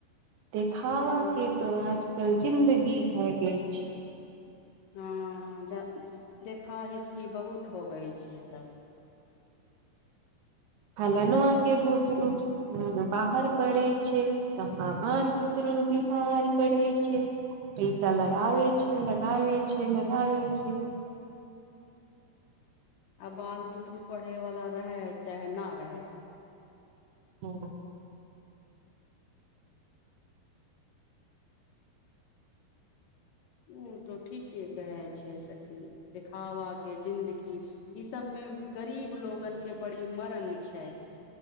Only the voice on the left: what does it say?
हूँ
हँ ज देखा हिसकी बहुत होबय छैक सभ
<inaudible> आ बाल बुतरू पढ़यवला रहय चाहे ना रहय छै
ओ तो ठीके कहैत छै सखि देखावा केँ जिंन्दगी ई सबमे गरीब लोगन केँ बड़ी मरण छै